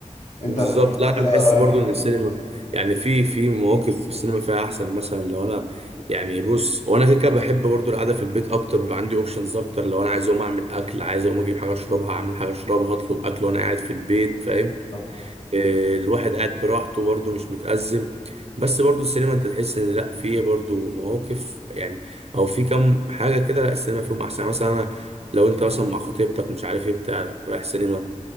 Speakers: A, on the left; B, on the right.
A: انت
B: بالظبط
A: في الحوار
B: لا انا
A: ده
B: بحس
A: رايك
B: برضو
A: ايه؟
B: ان السينما يعني في في مواقف في السينما فيها احسن مثلا لو انا يعني بص وانا كده كده بحب برضو القعده في البيت اكتر بيبقى عندي اوبشنز اكتر لو انا عايز اقوم اعمل اكل عايز اقوم اجيب حاجه اشربها اعمل حاجه اشربها اطلب اكل وانا قاعد في البيت فاهم
A: طب
B: آه، الواحد قاعد براحته برضه مش متأزم بس برضه السينما انت تحس ان لا في برضه مواقف يعني او في كم حاجة كده لا السينما فيهم احسن يعني مثلا انا لو انت مثلا مع خطيبتك مش عارف ايه بتاع رايح سينما